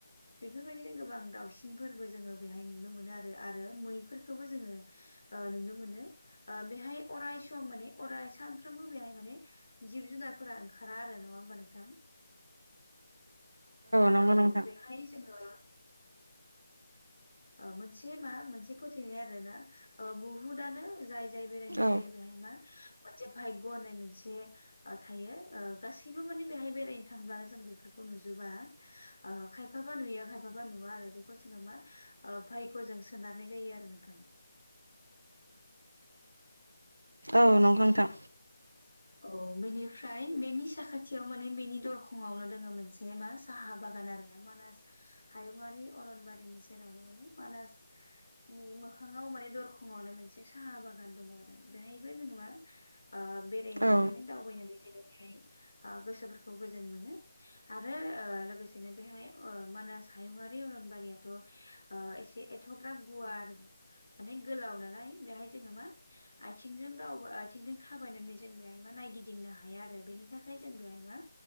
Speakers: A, on the left (about 65°); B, on the right (about 60°).
A: बेफोरबायदिनो गोबां दाावसिनफोरबो जोङो बेहाय नुनो मोनो आरो आरो मैफोरखौबो जोङो ओ नुनो मोनो बेहाय अराय सम माने अराय सानफ्रोमबो बेहाय माने जिब जुनारफोरा ओंखारा आरो नङा होमबा नोंथां
B: नंगौ
A: औ
B: नोंथां
A: बेहाय जोङो मोनसे मा मोनसे फोथायनाय आर ना बहुदनो जाय जाय बेरायनो
B: औ
A: फैयो बेहाय मा मोनसे भायग होननाय मोनसे थायो गासैबो माने बेहाय बेरायनो थांब्लानो जों बेफोरखौ नुजोबा खायफाबा नुयो खायफाबा नुवा आरो बेखौ जोङो मा ओ भायग'जों सोनारनाय जायो आरो नोंथां।
B: औ नंगौ नोंथां
A: अ बेनिफ्राय बेनि साखाथियाव माने बेनि दरखंआवनो दोङो मोनसे मा साहा बागान आरो ना मानास हायुंङारि अरनबारिनि सेरावनो माने मानास नि मोखाङाव माने दरखंआवनो मोनसे साहा बागान दङ आरो बेहायबो जोङो मा ओ बेरायनानै
B: औ
A: माने दावबायनानै जे बेहाय ओ गोसोफोरखौ गोजोन मोनो। आरो ओ लोगोसेनो बेहाय ओ मानास हायुङारि अरनबारियाथ' ओ एसे एथ'ग्राम गुवार माने गोलाव नालाय बेहाय जोङो मा आथिंजों दाव आथिंजों थाबायनानै जों बेहाय मा नायगिदिंनो हाया आरो बेनि थाखाय जों बेहाय मा